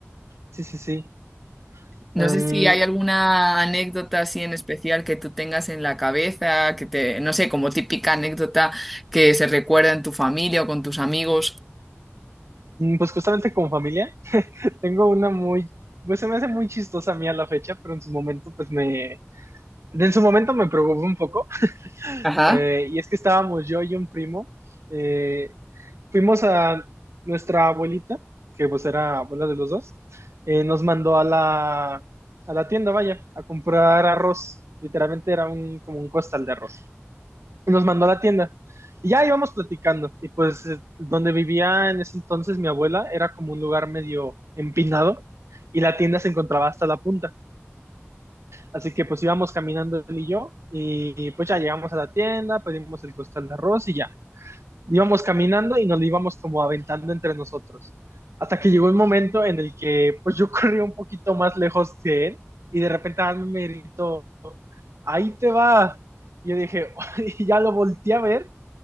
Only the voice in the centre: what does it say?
No
sé si hay alguna anécdota así en especial que tú tengas en la cabeza, que te, no sé, como típica anécdota que se recuerda en tu familia o con tus amigos.
Ajá.